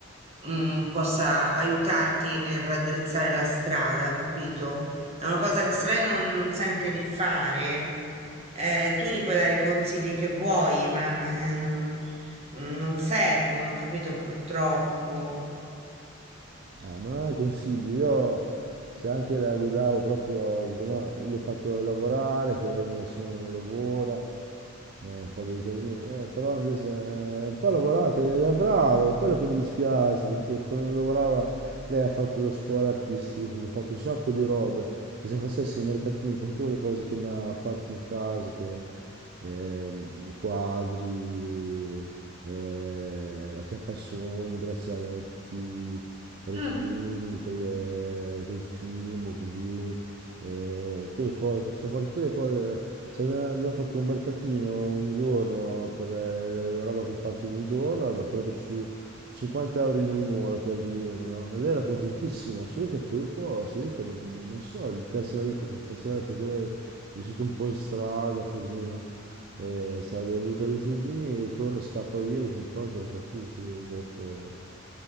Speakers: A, on the right (about 30°); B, on the right (about 50°).
A: mm, possa aiutarti nel raddrizzare la strada, capito? È una cosa che se lei non, non sente di fare, eh, tu gli puoi dare i consigli che vuoi, ma eh, non, non servono, capito? Purtroppo.
B: Eh, ma non è consiglio, io se anche la guidavo proprio, dico, no, gli ho fatto lavorare, che lei non, la- se no non lavora, eh, fa dei casini, Eh, però invece eh, un po' ha lavorato, ed era brava, è quello che mi dispiace, perché quando lavorava lei ha fatto le scuole artistiche, così, ha fatto un sacco di robe, che se facessi i mercatini con tutte le cose che mi ha fatto in casa, che, ehm, quadri, eh, acchiappasogni, braccialetti orecchini,
A: Mm.
B: col, eh, col fimo, così, eh, tutte le cose, so fare tutte le cose. Cioè, abbiamo abbiamo fatto un mercatino un giorno per eh, la roba che ha fatto in un giorno, aveva tirato su 50 euro in un'ora per dirlo, no? E lei era contentissima, solo che poi dopo si vede che non non so, gli piace la vita che faceva lei, perché lei è vissuta un po' in strada, così, no? Eh, ha delle brutte abitudini e torna, scappa via, dopo un po' non ce la fa più, si vede troppo...